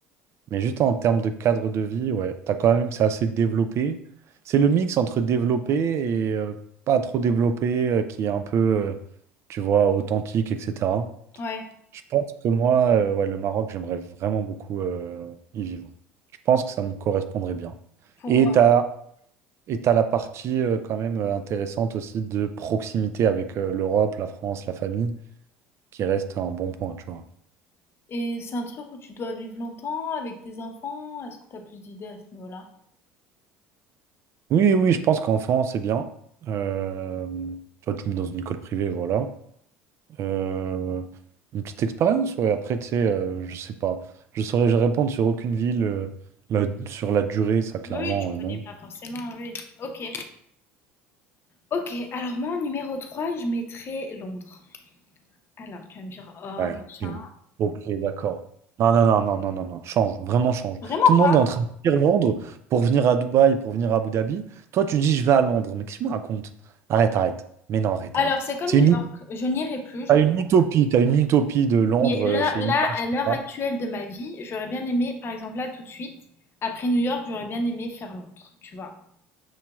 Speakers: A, on the right; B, on the left.
A: Mais juste en termes de cadre de vie, ouais, t'as quand même, c'est assez développé. C'est le mix entre développé et euh, pas trop développé euh, qui est un peu, euh, tu vois, authentique, etc.
B: oui. Ouais.
A: Je pense que moi, euh, ouais, le Maroc, j'aimerais vraiment beaucoup euh, y vivre. Je pense que ça me correspondrait bien.
B: Pour
A: Et tu as Et tu as la partie euh, quand même euh, intéressante aussi de proximité avec euh, l'Europe, la France, la famille, qui reste un bon point, tu vois.
B: Et c'est un truc où tu dois vivre longtemps avec tes enfants? Est-ce que tu as plus d'idées à ce niveau-là?
A: Oui, oui, je pense qu'enfant, c'est bien. Euh, tu vois, tu me mets dans une école privée, voilà. Euh, une petite expérience, ouais. Après, tu sais, euh, je sais pas. Je saurais je répondre sur aucune ville, euh, la- sur la durée, ça, clairement,
B: Oui, tu
A: euh, non.
B: connais pas forcément, oui. Ok. Ok, alors moi en numéro 3, je mettrais Londres. Alors tu vas me dire, oh
A: Ouais,
B: machin.
A: ok, Ok, d'accord. Non, non, non, non, non, non, non, change, vraiment change.
B: Vraiment
A: Tout le
B: pas.
A: monde est en train de fuir Londres pour venir à Dubaï, pour venir à Abu Dhabi. Toi, tu dis, je vais à Londres. Mais qu'est-ce que tu me racontes? Arrête, arrête. Mais non, arrête,
B: Alors
A: arrête.
B: c'est comme
A: C'est
B: New
A: une,
B: York, je n'irai plus, je
A: t'as
B: pense.
A: une utopie, t'as une utopie de Londres,
B: Mais là,
A: euh, c'est
B: là,
A: une image
B: à
A: comme
B: l'heure
A: ça.
B: actuelle de ma vie, j'aurais bien aimé, par exemple là tout de suite, après New York, j'aurais bien aimé faire Londres, tu vois.